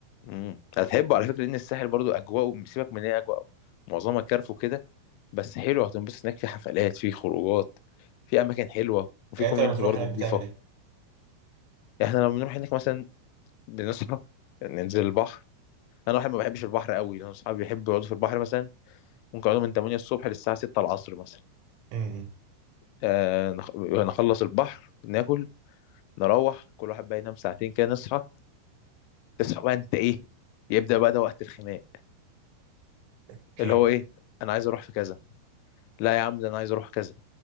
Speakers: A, on the left; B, on the right.
A: امم هتحبه على فكره لان الساحل برضو اجواء سيبك من إن هي اجواء معظمها كارف وكده بس حلو هتنبسط هناك في حفلات في خروجات في اماكن حلوه وفي
B: يعني
A: كوميونتي
B: انت لما تروح
A: برضو
B: هناك
A: نضيفه
B: بتعمل ايه
A: يعني احنا لما بنروح هناك مثلا بنصحى ننزل البحر انا واحد ما بحبش البحر قوي انا اصحابي بيحبوا يقعدوا في البحر مثلا ممكن اقعده من 8 الصبح للساعه 6 العصر مثلا
B: مم.
A: آه نخ... نخلص البحر ناكل نروح كل واحد بقى ينام ساعتين كده نصحى تصحى بقى انت ايه يبدا بقى ده وقت الخناق
B: <laughs>
A: اللي هو ايه انا عايز اروح في كذا لا يا عم ده انا عايز اروح كذا